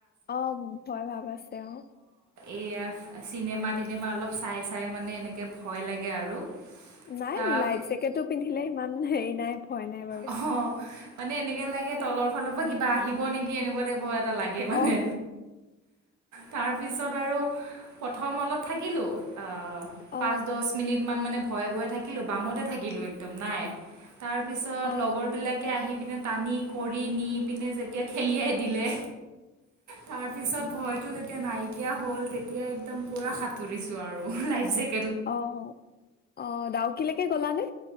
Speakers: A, on the left; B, on the right.
A: অ' ভয় ভাব আছে। তেওঁ।
B: এইয়া চিনেমা, টিনেমা অলপ চাই-চাই মানে এনেকৈ ভয় লাগে আৰু।
A: নাই
B: তাৰ
A: লাইফ জেকেতটো পিন্ধিলে ইমান হেৰি নাই। ভয় নাই বাৰু
B: অ' মানে এনেকে লাগে। তলৰ ফালৰ পৰা কিবা আহিব নেকি এনেকুৱা টাইপৰ। এটা লাগে মানে।
A: অ
B: তাৰপিছত আৰু প্ৰথম অলপ থাকিলো অ'।
A: অ
B: পাঁচ-দহ মিনিট মান মানে। ভয়, ভয়ে থাকিলো বামতে থাকিলো একদম নাই তাৰপিছত।
A: অ
B: লগৰ বিলাকে আহি। টানি টানি কৰি নি পিনে যেতিয়া ঠেলিয়াই দিলে তাৰপিছত ভয়টো যেতিয়া নাইকিয়া হ'ল তেতিয়া একদম পুৰা সাঁতুৰিছো আৰু লাইফ জেক-
A: অ' -অ' ডাউকিলে। লে গ'লা নে?